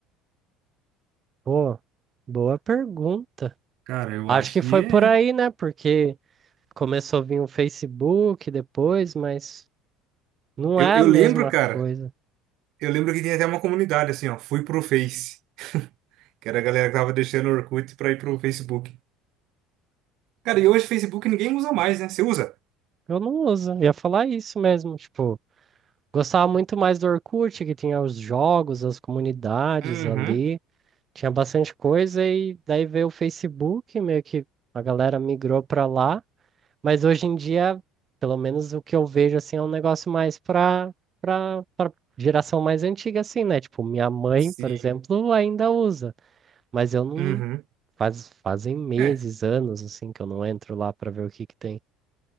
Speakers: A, on the right (about 35°); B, on the right (about 65°).
A: pô, boa pergunta.
B: Cara, eu
A: Acho
B: acho
A: que
B: que
A: foi por
B: é.
A: aí, né? Porque começou a vir o Facebook depois, mas. Não
B: Eu,
A: é
B: eu
A: a mesma
B: lembro, cara.
A: coisa.
B: Eu lembro que tinha até uma comunidade, assim, ó. Fui pro Face. Que era a galera que tava deixando o Orkut pra ir pro Facebook. Cara, e hoje o Facebook ninguém usa mais, né? Você usa?
A: Eu não uso. Eu ia falar isso mesmo. Tipo, gostava muito mais do Orkut, que tinha os jogos, as comunidades
B: Uhum.
A: ali. Tinha bastante coisa e daí veio o Facebook, meio que a galera migrou pra lá. Mas hoje em dia, pelo menos o que eu vejo, assim, é um negócio mais pra, pra, pra geração mais antiga, assim, né? Tipo, minha mãe,
B: Sim.
A: por exemplo, ainda usa. Mas eu não...
B: Uhum.
A: Faz, fazem meses,
B: É,
A: anos, assim, que eu não entro lá pra ver o que que tem.